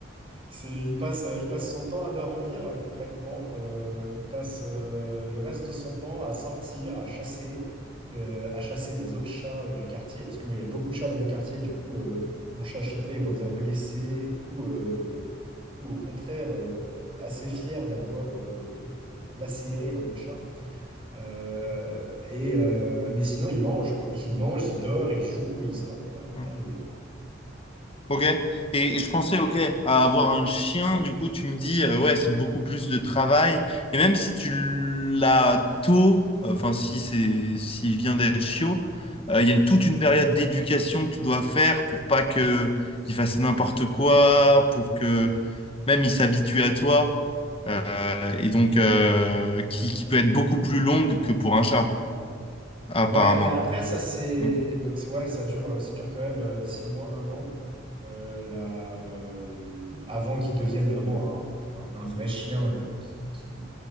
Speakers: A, on the right; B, on the left.
A: C'est, il passe, euh, il passe son temps à dormir, euh, concrètement. Euh, il passe euh, le reste de son temps à sortir, à chasser, euh, à chasser des autres chats euh, du quartier. Parce que moi, il y a beaucoup de chats dans mon quartier. Du coup, euh, mon chat, à chaque fois, il revient blessé ou, euh, ou au contraire, euh, euh, assez fier d'avoir euh, lacéré un autre chat. Euh, et, euh, mais sinon, il mange, quoi. <laughs> Il mange, il dort, il joue, il sort. Voilà,
B: Hmm.
A: terminé.
B: Ok. Et, et je pensais, ok, à avoir un chien, du coup, tu me dis, euh, ouais, c'est beaucoup plus de travail. Et même si tu l'as tôt, euh, enfin, si c'est, s'il vient d'être chiot, euh, il y a une- toute une période d'éducation que tu dois faire pour pas que il fasse n'importe quoi, pour que même il s'habitue à toi. euh, et donc, euh, qui, qui peut être beaucoup plus longue que pour un chat, apparemment.
A: Ouais, mais après, ça c'est.
B: Mm.
A: Donc, c'est- ouais, ça dure, euh, ça dure quand même euh, six mois, un an, euh, là, euh, avant qu'il devienne vraiment un, un- un vrai chien euh, qui, qui,